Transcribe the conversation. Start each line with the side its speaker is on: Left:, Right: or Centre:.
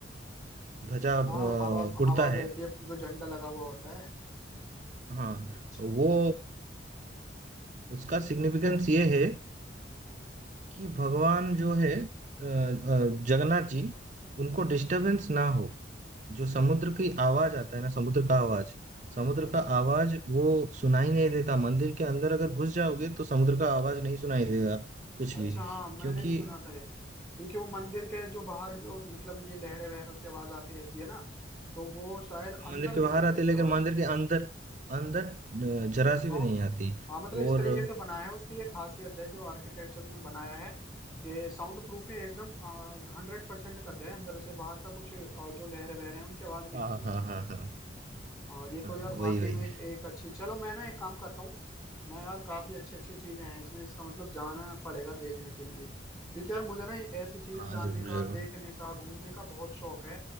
Right: ध्वजा अ,
Left: हाँ हवा
Right: उड़ता
Left: हवा बहती
Right: है
Left: है जो झंडा लगा हुआ होता है
Right: हाँ
Left: अच्छा
Right: वो उसका सिग्निफिकेंस ये है कि भगवान
Left: अ-
Right: जो है अ, अ, जगन्नाथ जी उनको डिस्टरबेंस ना हो जो समुद्र की आवाज आता है ना समुद्र का आवाज समुद्र
Left: अच्छा
Right: का आवाज वो सुनाई नहीं देता मंदिर के अंदर अगर घुस जाओगे तो समुद्र का आवाज नहीं सुनाई देगा कुछ
Left: अच्छा
Right: भी
Left: हाँ मैंने
Right: क्योंकि
Left: भी सुना था ये क्योंकि वो मंदिर के जो बाहर जो मतलब ये लहरे वहरों की आवाज आती रहती है ना तो वो शायद अंदर
Right: मंदिर के
Left: नहीं
Right: बाहर
Left: आती
Right: आती
Left: उसके
Right: है लेकिन
Left: पास
Right: मंदिर के अंदर अंदर अ, जरा सी
Left: साउंड
Right: भी नहीं आती
Left: हाँ मतलब इस
Right: और
Left: तरीके से बनाया है उसकी ये खासियत है जो आर्किटेक्चर ने बनाया है कि साउंड प्रूफ ही एकदम हंड्रेड परसेंट कर दिया है अंदर से बाहर का कुछ अ, जो लहरे वहरे हैं उनकी आवाज नहीं
Right: हाँ
Left: आती
Right: हाँ हाँ हाँ हाँ
Left: हाँ ये
Right: हाँ,
Left: तो यार वाकई
Right: वही वही
Left: में एक, एक अच्छी चलो मैं ना एक काम करता हूँ मैं यार काफी अच्छी अच्छी चीजें हैं इसमें इसका मतलब जाना पड़ेगा देखने के लिए क्योंकि यार मुझे ना ऐसी चीजें
Right: हाँ
Left: जानने
Right: जरूर
Left: का
Right: जरूर
Left: देखने का घूमने का बहुत शौक है